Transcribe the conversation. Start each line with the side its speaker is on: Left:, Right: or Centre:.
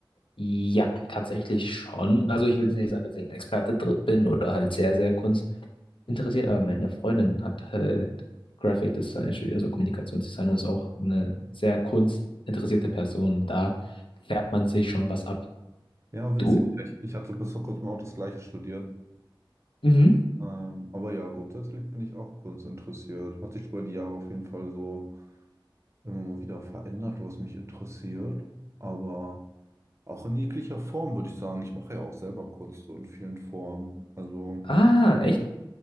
Left: Ja, tatsächlich schon. Also ich würde nicht sagen, dass ich ein Experte dr- bin oder halt sehr, sehr kunstinteressiert, aber meine Freundin hat halt Graphic Design studiert, also Kommunikationsdesign und ist auch eine sehr kunstinteressierte Person. Da färbt man sich schon was ab.
Right: Ja, witzig.
Left: Du?
Right: Ich, ich hatte bis vor kurzem auch das Gleiche studiert.
Left: Mhm.
Right: Ähm, aber ja, grundsätzlich bin ich auch kunstinteressiert. Hat sich über die Jahre auf jeden Fall so immer mal wieder verändert, was mich interessiert. Aber. Auch in jeglicher Form würde ich sagen. Ich mache ja auch selber Kunst so in vielen Formen. Also,
Left: Ah, echt?